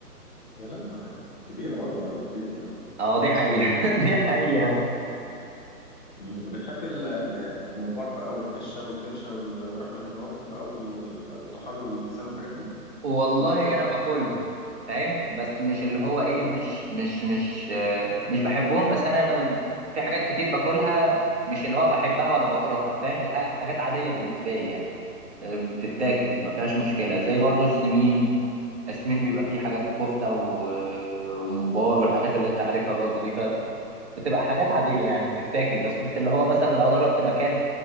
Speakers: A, on the left; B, on the right.
A: يا لا ما كبيرة برضه عليك رجلي يا عم
B: اه دي حقيقه
A: صبري
B: <laughs> دي حقيقه
A: مم. بتحب ال- ال- الممبار بقى والفشه والكرشه وال- ورحمه الراس بقى وال- وال- والطحال واللسان والحاجات دي
B: والله
A: ليك فيها
B: انا باكلهم فاهم بس مش اللي هو ايه
A: كويس
B: مش مش مش آه، مش بحبهم بس انا ب- في حاجات كتير باكلها مش اللي هو بحبها ولا بكرهها فاهم الح- حاجات عاديه
A: مم.
B: بالنسبه لي يعني بتتاكل
A: تمام
B: ما فيهاش مشكله زي برضو السمين السمين بيبقى فيه حاجات كفته و- وممبار والحاجات اللي انت عارفها برضو دي فبتبقى حاجات عاديه يعني بتتاكل بس مش اللي هو مثلا لو انا رحت مكان